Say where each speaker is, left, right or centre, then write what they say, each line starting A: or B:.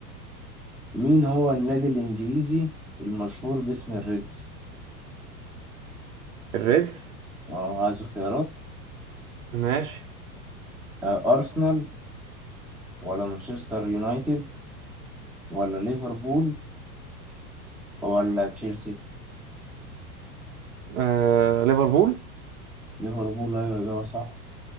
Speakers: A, in the centre; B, on the right.
A: مين هو النادي الإنجليزي المشهور باسم الريدز؟
B: الريدز
A: اه عايز اختيارات
B: ماشي
A: آه، أرسنال ولا مانشستر يونايتد ولا ليفربول ولا تشيلسي
B: آه ليفربول
A: ليفربول أيوة إجابة صح